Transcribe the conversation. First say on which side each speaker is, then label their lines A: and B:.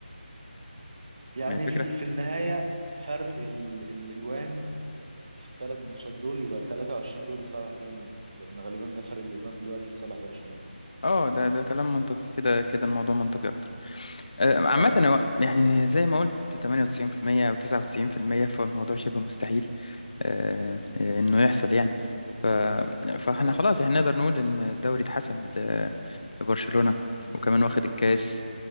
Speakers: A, on the right; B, on the left.
A: يعني
B: ما هي الفكرة
A: في ال... في النهاية فرق ال... الاجوان في الثلاث ماتشات دول يبقى 23 جول لصالح ريال مدريد لان غالبا ده فرق الاجوان دلوقتي لصالح برشلونة
B: اه ده ده كلام منطقي كده كده الموضوع منطقي اكتر آه، عامة
A: اه اه
B: هو يعني زي ما قلت 98% او 99% فالموضوع شبه مستحيل آه، آه، انه يحصل يعني ف- فاحنا
A: اه
B: خلاص يعني نقدر نقول ان الدوري اتحسم لبرشلونة وكمان واخد الكاس